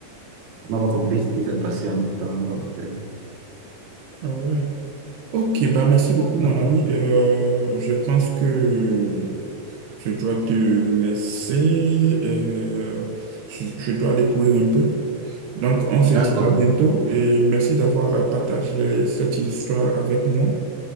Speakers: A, on the right; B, on the right.
A: On n'a pas compris ce qui s'est passé en ce temps. donc, euh,
B: Ah ouais. Ok, bah merci beaucoup, mon
A: Ah,
B: ami. Euh, je pense que je dois te laisser. euh, je, je dois aller courir un peu. Donc, on se
A: D'accord.
B: dit à bientôt et merci d'avoir partagé cette histoire avec moi.